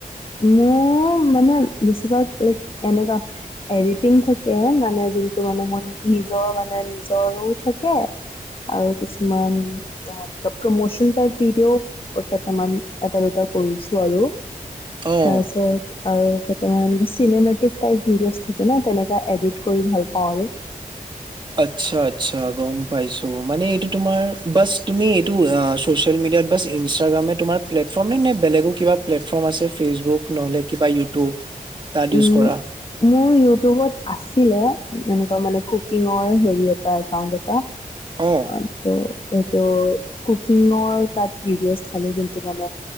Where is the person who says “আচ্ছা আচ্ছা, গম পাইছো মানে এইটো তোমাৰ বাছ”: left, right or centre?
Right